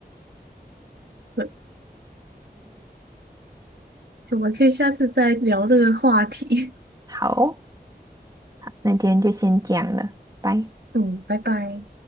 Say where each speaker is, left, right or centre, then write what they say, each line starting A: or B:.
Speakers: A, on the right (about 85°); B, on the right (about 20°).
A: <laughs> 对，我们可以下次再聊这个话题。
B: 好，那今天就先这样了，拜。
A: <laughs> 嗯，拜拜。